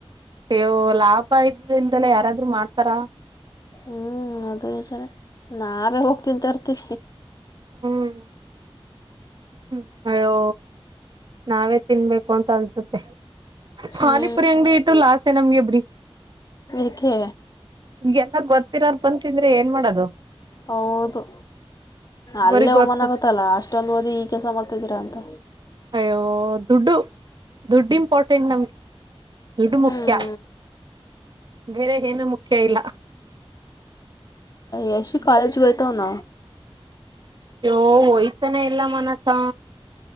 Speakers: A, on the right; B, on the left.
A: ಅಯ್ಯೋ ಲಾಭ ಇದಿದ್ರಂಲೇ ಯಾರಾದ್ರರು ಮಾಡ್ತಾರ
B: ಹ್ಞೂ ಅದು ನಿಜನೇ ನಾವೇ ಹೋಗ್ ತಿಂತೇರ್ತೀವಿ
A: ಹ್ಮು <inaudible> ಅಯ್ಯೋ ನಾವೇ ತಿನ್ಬೇಕು ಅಂತ ಅನ್ಸುತ್ತೆ. ಪಾನಿಪುರಿ
B: ಹ್ಞೂ
A: ಅಂಗಡಿ ಇಟ್ಟು ಲಾಸೆ ನಮ್ಗೆ ಬುಡಿ
B: ಯಾಕೆ
A: ಎಲ್ಲ ಗೊತ್ತಿರೋರು ಬಂದು ತಿಂದ್ರೆ ಏನ್ ಮಾಡೋದು.
B: ಹೌದು ಅಲ್ಲೇ
A: ಬರಿ
B: ಅವಮಾನ್
A: ಗೊತ್ತು
B: ಆಗೈೂತಲ ಅಷ್ಟೆಲಾ ಓದಿ ಈ ಕೆಲಸ ಮಾಡ್ತಾದ್ದೀರಾ ಅಂತ
A: ಅಯ್ಯೋ ದುಡ್ಡು ದುಡ್ಡು ಇಂಪಾರ್ಟೆಂಟ್ ನಮಗೆ ದುಡ್ಡು
B: ಹ್ಞೂ
A: ಮುಖ್ಯ. ಬೇರೆ ಏನು ಮುಖ್ಯ ಇಲ್ಲ
B: ಯಶು ಕಾಲೇಜ ಹೊಯತವನ್
A: ಅಯ್ಯೋ ಹೊಯ್ತಾನೆ ಇಲ್ಲ ಮನಸಾ